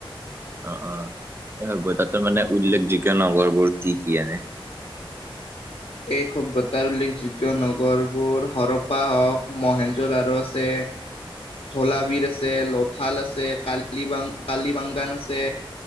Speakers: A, on the right; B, on the left.
A: অ অ এই বজাৰ ত মানে উল্লেখযোগ্য নগৰবোৰ কি কি এনে?
B: এই সভ্যতাৰ উল্লেখযোগ্য নগৰবোৰ হৰপ্পা হওক মহেন- জ্বলাৰো আছে, থলা বিৰ আছে, লথাল আছে, কালিবাং কালিবাংগান আছে।